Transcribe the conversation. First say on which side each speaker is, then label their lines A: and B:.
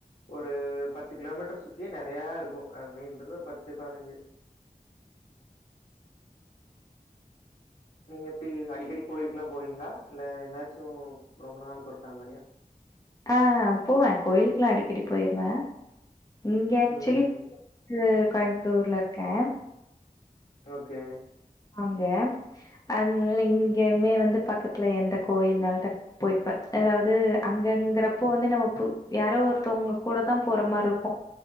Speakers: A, on the left (about 55°); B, on the left (about 25°).
A: ஒரு பத்து கிலோமீட்டர் சுத்தி நறையா இருக்கு அ மெய்ல்ந்து ஒரு பத்து பதனஞ்சு நீங்க எப்டி அடிக்கடி கோயி க்குலா போவீங்ளா இல்ல என்னாச் சோ ரொம்ப நாள்க் ஒர் ஆ வரயா
B: ஆ போவே கோயிலுக்லா அடிக்கடி போய்ருவ இங்க ஆக்சுலி
A: ம்.
B: அ கோயம்தூர்ல இர்க்கே
A: ஓகே
B: அங்கே அத்னால இங்கேயுமே வந்து பக்கத்ல எந்த கோயில்னால் டக் போய்க்குவ எதாவ்து அங் ங்கிறப்போ வந்து நம்ம ப்பு யாரோ ஒர்தொங்க கூடதா போற மார் இர்க்கு